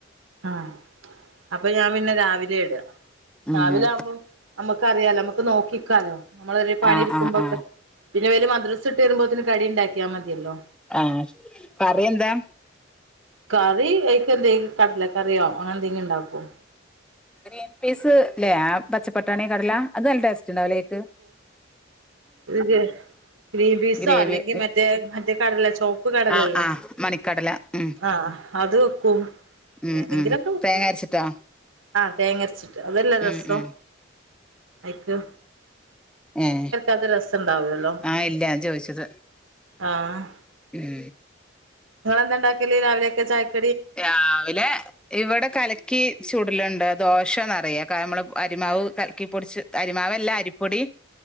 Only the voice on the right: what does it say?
ആ അപ്പൊ ഞാൻ പിന്നെ രാവിലെ എടു ഇടാ
രാവില ആകുമ്പോം നമ്മുക്ക്റിയാലോ നമ്മുക്ക് നോക്കിക്കാലോ നമ്മൾ ഒരു പണി
എടുക്കുമ്പോക്കെ
പിന്നെ വല മദ്രസ വിട്ട് വരുമ്പോഴത്തന് കടി ഇണ്ടാക്കിയാ മതിയല്ലോ
കറി അക്ക് എന്ത കട്ട്ല കറിയോ അങ്ങനെ എന്തെലും ഉണ്ടാക്കും
ഇ ഗ്രീൻ പീസോ
അല്ലെങ്കിൽ മറ്റേ മറ്റേ കടല ചോപ്പ് കടലല്ലേ
ആ അത് വെക്കും
ഏതെങ്കിലൊക്കെ
വെക്കും
ആ തേങ്ങരച്ച് അതെല്ലാ രസം
ഐക്ക്
അത് രസംണ്ടാവല്ലോ
ആഹ്
നിങ്ങളെന്താണ്ടക്കല് രാവിലെക്കെ ചായക്